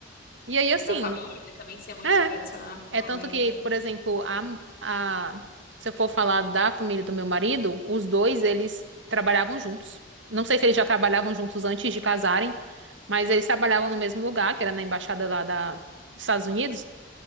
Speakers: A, on the right; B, on the left.
A: E aí, assim.
B: Da família também, se é muito
A: é.
B: tradicional
A: É tanto
B: ainda.
A: que, por exemplo, a, a, se eu for falar da família do meu marido, os dois, eles trabalhavam juntos. Não sei se eles já trabalhavam juntos antes de casarem, mas eles trabalhavam no mesmo lugar, que era na embaixada lá da, dos Estados Unidos.